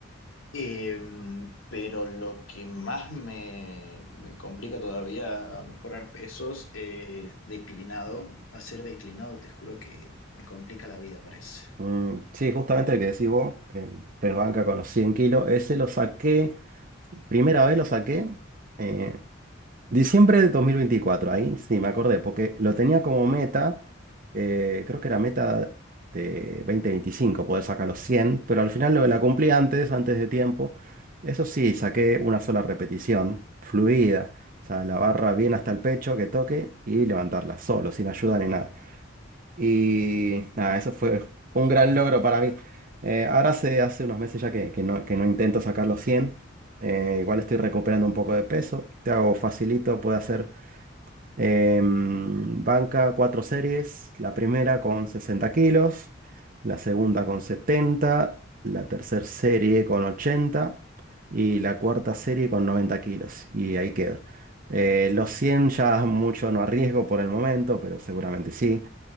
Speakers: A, on the left (about 90°); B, on the right (about 45°).
A: Em, pero lo que más me, me complica todavía a mejorar pesos es declinado. Hacer declinado, te juro que me complica la vida, parece.
B: Mm, sí, justamente el que decís vos, el press banca con los 100 kilos, ese lo saqué, primera vez lo saqué, eh, diciembre de 2024. ahí sí me acordé, porque lo tenía como meta, eh, creo que era meta de 2025 poder sacar los 100, pero al final lo la cumplí antes, antes de tiempo. Eso sí, saqué una sola repetición, fluida, o sea, la barra bien hasta el pecho, que toque y levantarla solo, sin ayuda ni nada. Y nada, eso fue un gran logro para mí. Eh, ahora hace, hace unos meses ya que, que no, que no intento sacar los cien Eh, igual estoy recuperando un poco de peso. Te hago facilito, puedo hacer em, banca, cuatro series. La primera con 60 kilos, la segunda con setenta la tercera serie con 80 y la cuarta serie con 90 kilos. Y ahí quedo. Eh, los 100 ya mucho no arriesgo por el momento, pero seguramente sí.